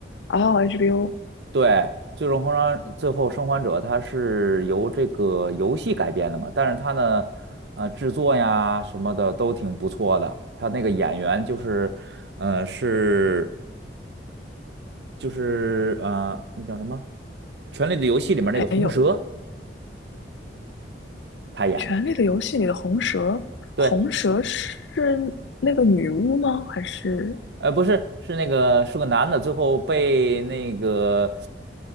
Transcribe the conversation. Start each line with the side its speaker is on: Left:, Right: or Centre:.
Left: 哦，HBO
Right: 对，最终封装最后生还者，它是由这个游戏改编的嘛，但是它呢，呃，制作呀什么的都挺不错的。它那个演员就是，呃，是就是呃，那叫什么《权力的游戏》里面那个红蛇
Left: 还有
Right: 他演的。
Left: 《权力的游戏》里的红蛇，
Right: 对，
Left: 红蛇是那个女巫吗？还是
Right: 呃，不是，是那个是个男的，最后被那个